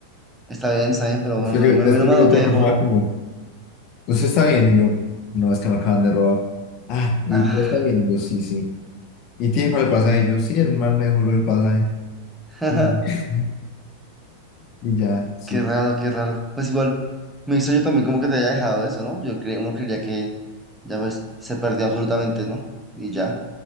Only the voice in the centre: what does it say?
Está bien, está bien, pero
bueno,
me
me lo no
te dejó.
Ah,
<laughs>
qué raro, qué raro. Pues igual, me hizo yo también como que te haya dejado eso, ¿no? Yo creo, uno creería que ya pues se perdió absolutamente, ¿no? Y ya,